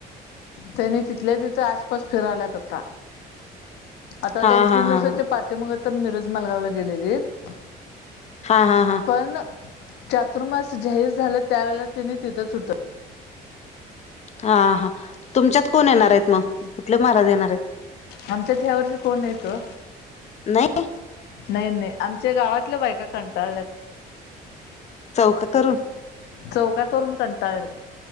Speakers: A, on the left; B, on the left.
A: त्यांनी तिथल्या तिथे आसपास फिराल्यात येतात का, आता
B: हा
A: दोन
B: हा
A: तीन दिवसाच्या
B: हा हा
A: पा ते मग तर मिरज मालगावला गेलेली आहेत.
B: हा हा हा
A: पण चातुर्मास जाहीर झालं त्यावेेळे तिने तिथच होत.
B: हा हा तुमच्यात कोण येणार आहेत मग कुठले महाराज येणार आहेत.
A: आमच्यात ह्या वर्षी कोण येतो?
B: नाही
A: नाही नाही आमच्या गावातल्या बायका कंटाळल्यात
B: चौक तरून
A: चौका करून कंटाळ येतो.